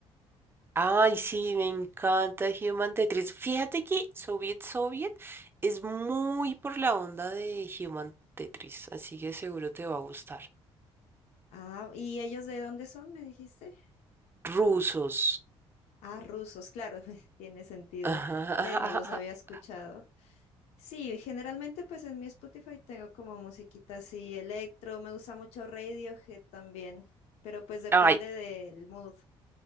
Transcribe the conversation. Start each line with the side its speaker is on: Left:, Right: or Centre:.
Right: Ay,
Left: No
Right: sí,
Left: sé si-
Right: me encanta Human Tetris. Fíjate que Soviet Soviet es muy por la onda de Human Tetris, así que seguro te va a gustar.
Left: Ah, ¿y ellos de dónde son, me dijiste?
Right: Rusos.
Left: Ah, rusos, claro, <laughs> tiene sentido.
Right: <laughs>
Left: Ve, no los había escuchado. Sí, generalmente pues en mi Spotify tengo como musiquita así, electro, me gusta mucho Radiohead también, pero pues depende
Right: Ay,
Left: del mood.